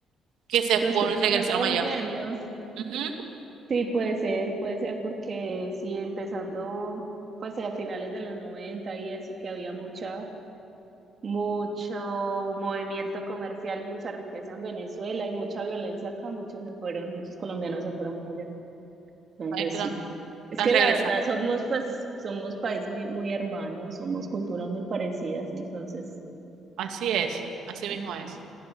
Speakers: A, on the right (about 80°); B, on the right (about 40°).
A: que se
B: Los
A: vol-
B: que se
A: regresaron
B: estén devolviendo.
A: allá. Ujú,
B: Sí, puede ser, puede ser porque sí, empezando pues a finales de los 90 y eso que había mucha mucho movimiento comercial y mucha riqueza en Venezuela y mucha violencia acá, muchos se fueron, muchos colombianos se fueron para allá. Entonces
A: ahí quedan,
B: sí. Es
A: están
B: que
A: regresando.
B: la verdad somos pues, somos países muy, muy hermanos, somos culturas muy parecidas, entonces,
A: Así es, así
B: ujú.
A: mismo es.